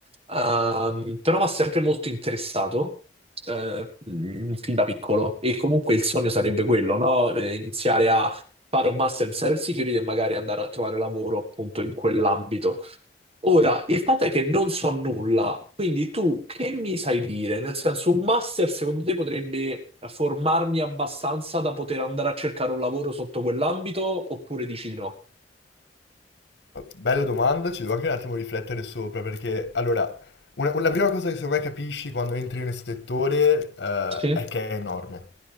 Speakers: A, on the right; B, on the left.
A: Ehm, però mi ha sempre molto interessato eh, mh, fin da piccolo e comunque il sogno sarebbe quello, no? Eh, Iniziare a fare un master in cyber security e magari andare a trovare lavoro appunto in quell'ambito. Ora, il fatto è che non so nulla, quindi tu che mi sai dire? Nel senso, un master secondo te potrebbe formarmi abbastanza da poter andare a cercare un lavoro sotto quell'ambito oppure dici no?
B: Bella domanda, ci devo anche un attimo riflettere sopra perché allora, una- una- la prima cosa che secondo me capisci quando entri nel settore eh,
A: Sì,
B: è che è enorme.